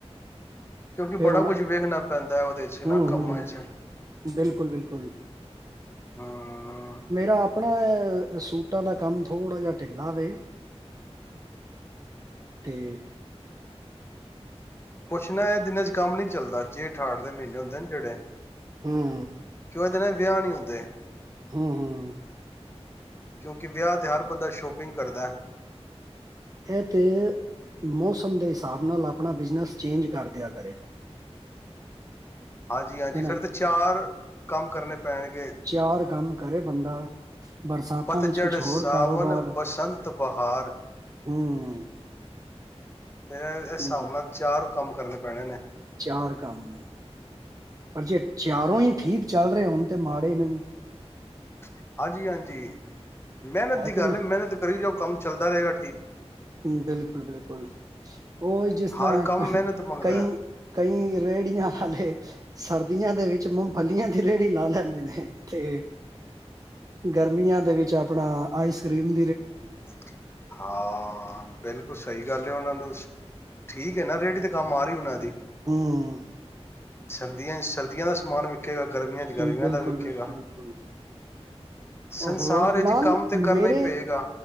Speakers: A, on the left (about 20°); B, on the right (about 35°).
A: ਕਿਉਂਕਿ
B: ਫੇਰ
A: ਬੜਾ
B: ਹੁਣ
A: ਕੁਛ ਵੇਖਣਾ ਪੈਂਦਾ ਹੈ ਉਹਦੇ ਚ
B: ਹੂੰ
A: ਨਾ ਕੰਮਾਂ
B: ਹੂੰ
A: ਚ।
B: ਬਿਲਕੁਲ ਬਿਲਕੁਲ
A: ਹਾਂ।
B: ਮੇਰਾ ਆਪਣਾ ਸੂਟਾਂ ਦਾ ਕੰਮ ਥੋੜ੍ਹਾ ਜਿਹਾ ਢਿੱਲਾ ਵੇ ਤੇ।
A: ਕੁਛ ਨਾ ਇਹ ਦਿਨਾਂ ਚ ਕੰਮ ਨੀ ਚੱਲਦਾ ਜੇ ਅਠਾਠ ਦੇ ਮਹੀਨੇ ਹੁੰਦੇ ਨਾ ਜਿਹੜੇ
B: ਹੂੰ
A: ਕਿਉ ਇਹ ਦਿਨਾਂ ਵਿਆਹ ਨਹੀਂ ਹੁੰਦੇ।
B: ਹੂ ਹੂ।
A: ਕਿਉਂਕਿ ਵਿਆਹ 'ਤੇ ਹਰ ਬੰਦਾ ਸ਼ਾਪਿੰਗ ਕਰਦਾ ਹੈ।
B: ਇਹ ਤੇ ਮੌਸਮ ਦੇ ਹਿਸਾਬ ਨਾਲ ਆਪਣਾ ਬਿਜਨਸ ਚੇਂਜ ਕਰਦਿਆਂ ਕਰੇ।
A: ਹਾਂਜੀ ਹਾਂਜੀ
B: ਹੈ ਨਾ
A: ਫਿਰ ਤੇ ਚਾਰ। ਕੰਮ ਕਰਨੇ। ਪੈਣਗੇ
B: ਚਾਰ ਕੰਮ ਕਰੇ ਬੰਦਾ। ਬਰਸਾਤਾਂ
A: ਪਤਝੜ੍ਹ
B: ਵਿੱਚ ਕੁਝ ਹੋਰ
A: ਸਾਵਣ
B: ਕਾਰੋਬਾਰ
A: ਬਸੰਤ ਬਹਾਰ।
B: ਹੂੰ
A: ਫਿਰ ਹਿਸਾਬ
B: ਹੂੰ,
A: ਨਾਲ ਚਾਰ। <unintelligible> ਕੰਮ ਕਰਨੇ ਪੈਣੇ ਨੇ।
B: <unintelligible> ਚਾਰ ਕੰਮ ਪਰ ਜੇ ਚਾਰੋਂ ਹੀ ਠੀਕ ਚੱਲ ਰਹੇ ਹੋਣ ਤੇ ਮਾੜੇ ਨਹੀਂ
A: <unintelligible> ਹਾਂਜੀ ਹਾਂਜੀ। <unintelligible> ਮਿਹਨਤ
B: ਹੈ
A: ਦੀ
B: ਕਿ
A: ਗੱਲ
B: ਨਹੀਂ
A: ਮਿਹਨਤ ਕਰੀ ਜਾਓ ਕੰਮ ਚੱਲਦਾ ਰਹੇਗਾ ਠੀਕ।
B: <unintelligible> ਹੂ ਬਿਲਕੁਲ ਬਿਲਕੁਲ। <unintelligible> ਉਹ ਜਿਸ ਤਰ੍ਹਾਂ
A: ਹਰ ਕੰਮ ਮਿਹਨਤ ਮੰਗਦਾ
B: ਕਈ
A: ਹੈ
B: ਕਈ ਰੇਹੜੀਆਂ ਵਾਲੇ। <unintelligible> ਸਰਦੀਆਂ ਦੇ ਵਿੱਚ ਮੂੰਗਫਲੀਆਂ ਦੀ ਰੇਹੜੀ ਲਾ ਲੈਂਦੇ ਨੇ ਤੇ। <unintelligible> ਗਰਮੀਆਂ ਦੇ ਵਿੱਚ ਆਪਣਾ ਆਈਸ ਕਰੀਮ।
A: <unintelligible> ਹਾਂ ਬਿਲਕੁਲ ਸਹੀ ਗੱਲ ਹੈ ਉਹਨਾਂ ਨੂੰ। <unintelligible> ਠੀਕ ਹੈ ਨਾ ਰੇਹੜੀ ਤੇ ਕੰਮ ਆ ਰਹੀ ਉਹਨਾਂ ਦੀ।
B: <unintelligible> ਹਉ।
A: <unintelligible> ਸਰਦੀਆਂ ਸਰਦੀਆਂ ਦਾ ਸਮਾਨ ਵੇਖੇਗਾ- <unintelligible> ਗਰਮੀਆਂ
B: ਹੂੰ,
A: ਚ ਗਰਮੀਆਂ
B: ਬਿਲਕੁਲ
A: ਦਾ ਵੇਖੇਗਾ
B: ਬਿਲਕੁਲ ਬਿਲਕੁਲ
A: ਸੰਸਾਰ
B: ਹੋਰ ਨਾਲ
A: ਇਹ ਜੀ ਕੰਮ ਤੇ ਕਰਨਾ
B: ਮੇਰੇ
A: ਹੀ ਪਏਗਾ।